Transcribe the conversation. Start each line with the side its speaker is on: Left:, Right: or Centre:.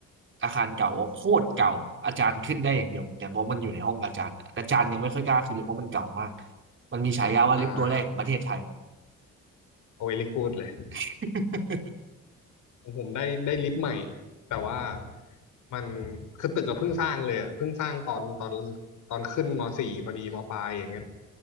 Right: อาคารเก่าโคตรเก่า อาจารย์ขึ้นได้อย่างเดียวแต่เพราะมันอยู่ในห้องอาจารย์แต่อาจารย์ยังไม่ค่อยกล้าขึ้นเลยเพราะมันเก่ามาก มันมีฉายาว่าลิฟต์ตัวแรกของประเทศไทย
Left: อ่าโอเวลิกูดเลย
Right: <laughs>
Left: ของผมได้ได้ลิฟต์ใหม่แต่ว่ามันคือตึกก็เพิ่งสร้างเลยอ่ะเพิ่งสร้างตอนตอนตอนขึ้นมสี่พอดีมปลายอย่างเงี้ย